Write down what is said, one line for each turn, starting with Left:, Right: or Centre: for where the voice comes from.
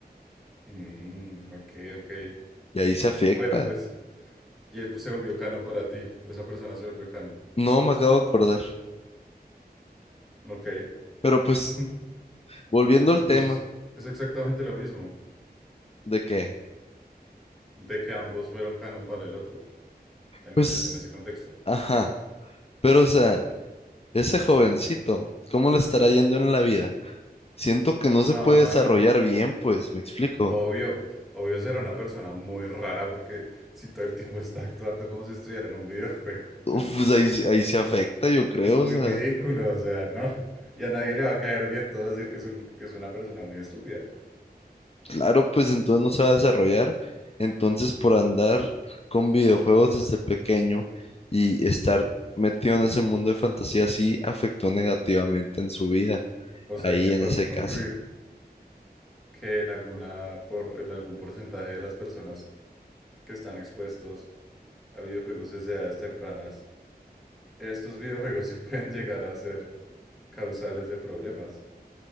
Centre: Mm, ok, ok.
Left: Y ahí se afecta.
Centre: Bueno, pues, y él se volvió canon para ti. o Esa persona se volvió canon.
Left: No, me acabo de acordar.
Centre: Ok.
Left: Pero pues,
Centre: <laughs>
Left: volviendo al
Centre: Entonces,
Left: tema
Centre: es exactamente lo mismo
Left: de que,
Centre: de que ambos fueron canon para el otro en
Left: pues,
Centre: ese, en ese contexto.
Left: ajá, pero o sea, ese jovencito, ¿cómo le estará yendo en la vida? Siento que no
Centre: No,
Left: se puede desarrollar bien, pues, me explico.
Centre: obvio. Obvio será una persona muy rara porque si todo el tiempo está actuando como si estuviera en un videojuego.
Left: Uf,
Centre: <laughs>
Left: pues ahí, sí- ahí se afecta, yo creo,
Centre: Es muy
Left: o sea,
Centre: ridículo, o sea, ¿no? Y a nadie le va a caer bien todo decir que es un, que es una persona muy estúpida.
Left: claro, pues entonces no se va a desarrollar. Entonces, por andar con videojuegos desde pequeño y estar metido en ese mundo de fantasía, sí afectó negativamente en su vida,
Centre: O sea,
Left: ahí
Centre: que
Left: en
Centre: podemos
Left: ese
Centre: concluir
Left: caso.
Centre: que en alguna, por, en algún porcentaje de las personas que están expuestos a videojuegos desde edades tempranas, estos videojuegos sí <laughs> pueden llegar a ser causales de problemas.